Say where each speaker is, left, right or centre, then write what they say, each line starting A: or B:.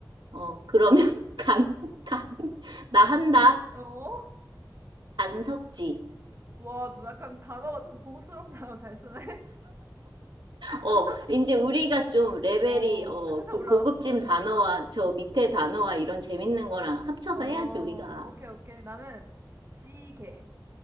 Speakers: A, on the right; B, on the right.
A: 어, 그러면 <laughs> 간, 간, 나 한다.
B: 어?
A: 간섭지.
B: 와, 너 약간 단어가 좀 고급스러운 단어 잘 쓰네.
A: 어, 이제 우리가 좀
B: <laughs>
A: 레벨이,
B: 어,
A: 어,
B: 살짝
A: 그
B: 올라갔어.
A: 고급진 단어와 저 밑에 단어와 이런 재밌는 거랑 합쳐서
B: 어,
A: 해야지, 우리가.
B: 오케이, 오케이. 나는 지게.